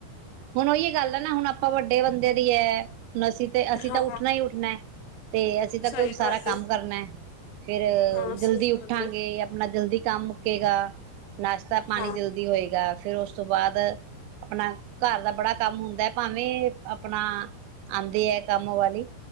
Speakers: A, on the right (about 85°); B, on the left (about 80°).
A: ਹੁਣ ਉਹੀ ਗੱਲ ਨਾ ਹੁਣ ਆਪਾਂ ਵੱਡੇ ਬੰਦੇ <unintelligible> ਹੁਣ ਅਸੀਂ ਤੇ ਅਸੀਂ
B: ਹਾਂ
A: ਤਾਂ ਉੱਠਣਾ ਹੀ ਉੱਠਣਾ ਤੇ ਅਸੀਂ ਤਾ
B: ਸਹੀ
A: ਕਿਯੋਂਕਿ ਸਾਰਾ
B: ਗੱਲ
A: ਕੰਮ
B: ਏ
A: ਕਰਨਾ ਫੇਰ
B: ਹਾਂ
A: ਜਲਦੀ
B: ਸਹੀ
A: ਉੱਠਾਂਗੇ
B: ਗੱਲ ਏ
A: ਆਪਣਾ ਜਲਦੀ ਕੰਮ ਮੁਕੇੇਗਾ ਨਾਸ਼ਤਾ ਪਾਣੀ
B: ਹਾਂ
A: ਜਲਦੀ ਹੋਏਗਾ ਫੇਿਰ ਉਸ ਤੋਂ ਬਾਅਦ ਆਪਣਾ ਘਰ ਦਾ ਬੜਾ ਕੰਮ ਹੁੰਦੈ ਭਾਵੇਂ ਆਪਣਾ ਆਉਂਦੀ ਹੈ ਕੰਮ ਵਾਲੀ